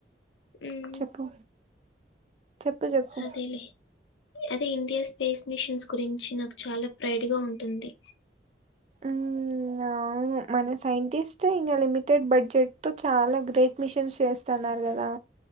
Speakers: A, on the left (about 85°); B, on the right (about 35°).
A: ఉమ్,
B: చెప్పు చెప్పు చెప్పు
A: అదేలే అదే ఇండియా స్పేస్ మిషన్స్ గురించి నాకు చాలా ప్రైడ్ గా ఉంటుంది
B: ఉమ్ అవును మన సైంటిస్ట్ ఇగ లిమిటెడ్ బడ్జెట్ తో చాలా గ్రేట్ మిషన్స్ చేస్తన్నారు గదా